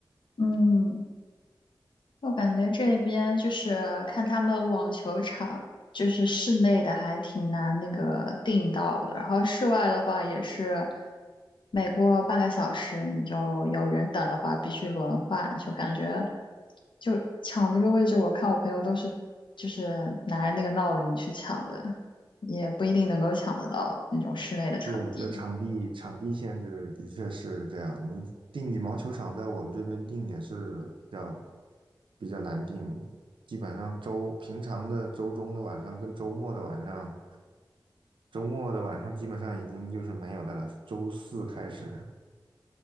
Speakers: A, on the left; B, on the right.
A: 嗯。我感觉这边就是看他们网球场，就是室内的还挺难那个订到的，然后室外的话也是，每过半个小时你就有人等的话必须轮换，就感觉就抢那个位置，我看我朋友都是就是拿着那个闹铃去抢的，也不一定能够抢得到那种室内的场地。
B: 是的，场地场地限制的确是这样。你定羽毛球场在我们这边定也是比较比较难定，基本上周平常的周中的晚上跟周末的晚上，周末的晚上基本上已经就是没有的了。周四开始，